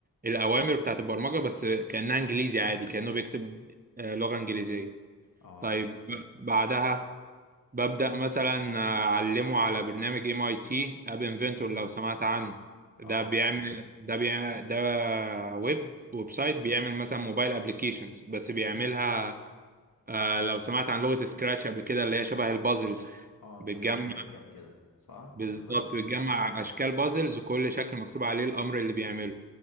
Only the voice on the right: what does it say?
الاوامر بتاعت البرمجه بس كانها انجليزي عادي كانه بيكتب آه، لغه انجليزيه
طيب بعدها ببدا مثلا اعلمه على برنامج ام اي تي اب انفنتور لو سمعت عنه ده
بيعمل ده بيعمل ده ويب ويب سايت بيعمل مثلا موبايل ابلكيشنز بس بيعملها آه لو سمعت عن لغة سكراتش قبل كده اللي هي شبه البازلز
بتجمع
بالظبط
بتجمع أشكال بازلز وكل شكل مكتوب عليه الأمر اللي بيعمله